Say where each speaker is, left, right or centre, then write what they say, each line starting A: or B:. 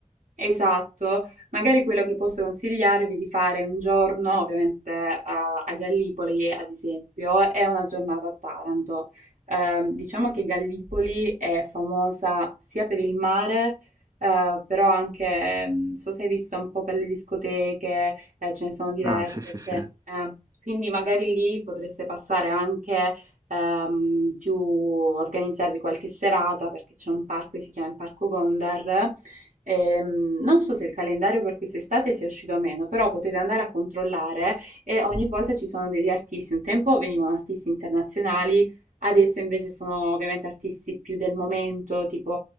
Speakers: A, on the right; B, on the right.
A: Esatto, magari quello che posso consigliarvi di fare un giorno, ovviamente a, a Gallipoli, ad esempio, è una giornata a Taranto. Ehm, diciamo che Gallipoli è famosa sia per il mare, eh, però anche, mm, so se hai visto un po' per le discoteche, eh, ce ne sono diverse,
B: Ah, sì, sì, sì.
A: cioè, eh, quindi magari lì potreste passare anche ehm, più, organizzarvi qualche serata perché c'è un parco che si chiama il Parco Gondar Ehm, non so se il calendario per quest'estate sia uscito o meno, però potete andare a controllare e ogni volta ci sono degli artisti. Un tempo venivano artisti internazionali, adesso invece sono ovviamente artisti più del momento, tipo